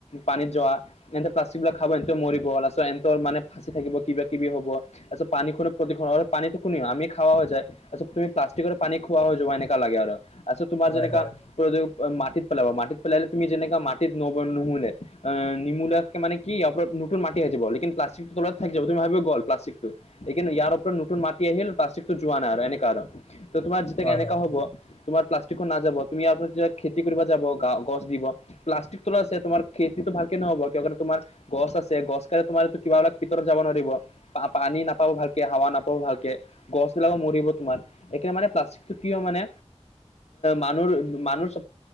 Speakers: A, on the left (about 70°); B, on the left (about 50°).
A: পানীত যোৱা এনেতে প্লাষ্টিক বিলাক খাব এনেতে মৰিব লাষ্টত এহৰ মানে ফাঁচি থাকিব কিবা কিবি হ'ব আচছ পান খুনে প্ৰদুষণ হয় পানীতো কোনি আমি খোৱাা হৈ যায় আচছা তুমি প্লাষ্টিকৰ পান খোৱা যোৱা এনেকা লাগে আৰু আচছ তোমাৰ
B: হয়
A: যেনেকা
B: হয়
A: মাটিত পেলাবা মাটিত পেলালে তুমি যেনেকা মাটিত নব নুমুলে অ', নিমুলে মানে কি আপ নতুন মাটি আহি যাব প্লাষ্টিক টো তলত থাকি যাব তুমি ভাবিব গ'ল। লেকিন ইয়াৰ ওপৰত নতুন মাটি আহিল প্লাষ্টিকটো যোৱা নাই আৰু এনেকা আৰু ত' তোমাৰ যেতিয়া
B: হয়
A: কেনেুৱা
B: হয়
A: হ'ব তোমাৰ প্লাষ্টিক নাযাব তুমি ইয়াৰ পাছত খেতি কৰিব যাব গা গছ দিব প্লাষ্টিক তো আছে তোমাৰ খেতিতটো ভালকে নহ'ব কিয় তোমাৰ গছ আছে গছ কালি তোমাৰো কিবা এিলাক ভিতৰত যাব নোৱাৰিব। পানী নাপাব ভালকে হাৱা নাপাব ভালকে গছবিলাকো মৰিব তোমাৰ এইকাৰণে মানে প্লাষ্টিকটো কি মানে মানুহ মানুহ চ